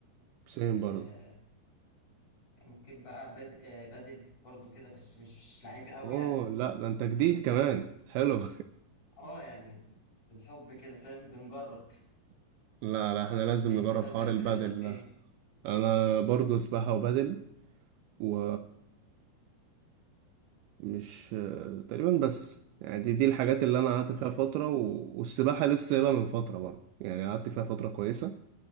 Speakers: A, on the right; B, on the left.
A: سيم
B: آه،
A: برضو
B: ممكن بقى بد... آه، بدل برضو كده بس مش لعيب قوي
A: اوه
B: يعني
A: لا ده انت جديد
B: فاهمني
A: كمان حلو
B: اه يعني بالحب كده فاهم بنجرب
A: <laughs> لا لا احنا لازم
B: انت
A: نجرب
B: طيب
A: حوار
B: لعبت
A: البادل
B: رياضات ايه
A: ده انا برضو سباحة وبادل و مش تقريبا بس يعني دي, دي الحاجات اللي انا قعدت فيها
B: لعبت
A: فترة و... والسباحة لسه سايبها من فترة برضو يعني قعدت فيها فترة كويسة